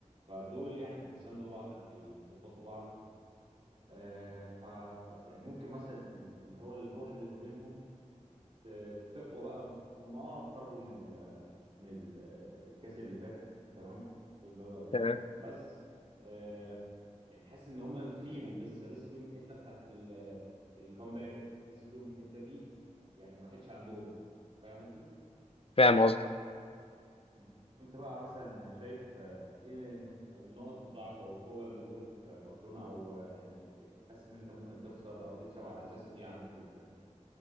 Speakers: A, on the right (about 50°); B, on the left (about 50°).
A: فدول يعني هيساندوا بعض هيظبطوا بعض آه ف ف- يعني ممكن مثلا ال- اللي هو الروح اللي ما بينهم ت- تقوى بقى هم اه خرجوا من ال من ال- الكاس اللي فات تمام دول دوري الابطال
B: تمام
A: بس آه يعني حاسس ان هم فيهم لسه لسه فيهم الحته بتاعت ال- الكومباك لسه فيهم الحته دي يعني ما راحتش عندهم فاهم قصدي؟
B: فاهم قصدي
A: مم. انت بقى مثلا شايف آه، ايه الن- النقط الضعف او القوه اللي موجوده في برشلونه او آه، يعني حاسس ان انت ممكن تخسر او تكسب على اساس ايه عندك في الفرقه؟